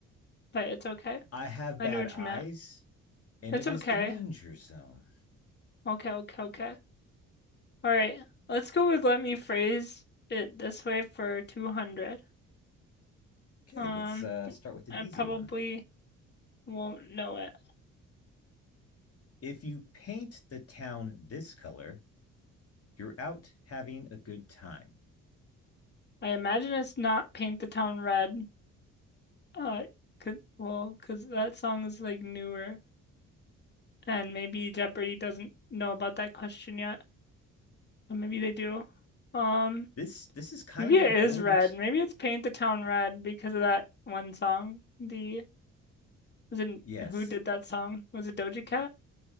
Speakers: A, on the left; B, on the left.
A: but it's okay.
B: I have
A: I
B: bad
A: knew what
B: eyes,
A: you meant.
B: and
A: It's
B: it
A: okay.
B: is the manger zone.
A: Okay, okay, okay. All right, let's go with let me phrase it this way for 200.
B: Okay,
A: Um,
B: let's uh start with an
A: I
B: easy
A: probably
B: one.
A: won't know it.
B: If you paint the town this color, you're out having a good time.
A: I imagine it's not Paint the Town Red. Uh, Uh, 'cause, well, 'cause that song is like newer, and maybe Jeopardy doesn't know about that question yet. Uh, Maybe they do. Um,
B: This this is kind
A: maybe
B: of
A: it
B: an
A: is
B: old
A: red.
B: ex-
A: Maybe it's Paint the Town Red because of that one song. The was it
B: yes.
A: who did that song? Was it Doja Cat?